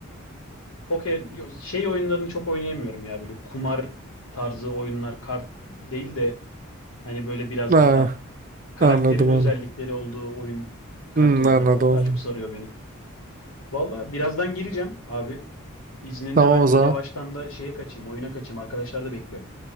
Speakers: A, on the left; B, on the right.
A: Poke yo- şey oyunlarını çok oynayamıyorum ya böyle kumar tarzı oyunlar kart değil de hani böyle biraz
B: Ha,
A: daha karakterin
B: anladım
A: özellikleri
B: onu.
A: olduğu oyun kart
B: Hmm,
A: oyunları
B: anladım
A: falan
B: onu.
A: daha çok sarıyor beni. Valla birazdan gireceğim abi. İzninle
B: Tamam
A: ben
B: o zaman.
A: yavaştan da şeye kaçayım, oyuna kaçayım. Arkadaşlar da bekliyor.